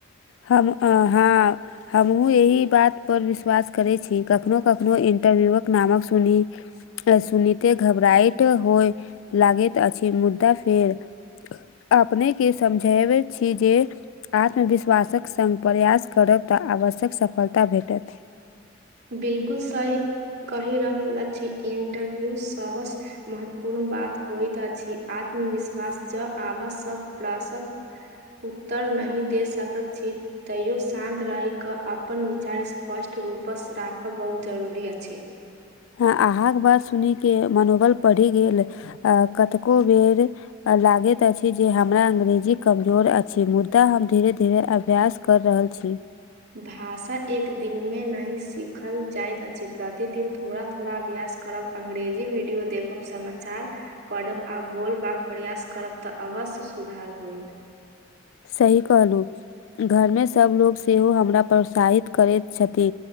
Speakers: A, on the left; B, on the right.
A: हम आ हाॅं हमहुँ यही बात पर विश्वास करै छी कखनो कखनो इंटरव्यूवक नामक सुनी आ सुनिते घबराइत होय लागैत अछी मुदा फेर अपनेके समझेबे छी जे आत्मविस वासक संग प्रयास करब त आवश्यक सफलता भेटत।
B: बिल्कुल सही। कही रहल अछी इंटरव्यू सबस महत्वपूर्ण बात होइत अछी। आत्मविस्वास ज आभ सब प्रासक उत्तर नहि दे सकैत छी तैयो शान्त रहि क अपन विचार स्पष्ट रूपस राखब बहुत जरूरी अछि।
A: अहाॅं के बात सुनीके मनोबल पढ़ि गेल आ कतको बेर लागैत अछी जे हमरा अंग्रेजी कमजोर अछी, मुदा हम धीरे धीरे अभ्यास कर रहल छी।
B: भाषा एक दिनमे नहि सीखल जाइत अछि प्रतिदिन थोड़ा -थोड़ा अभ्यास करब अंग्रेजी विडियो देखब समाचार पढ़ब आ बोलबाक प्रयास करब त अवश्य सुधार होयत।
A: सही कहलु, घरमे सबलोग सेहो हमरा प्रोत्साहित करैत छथि।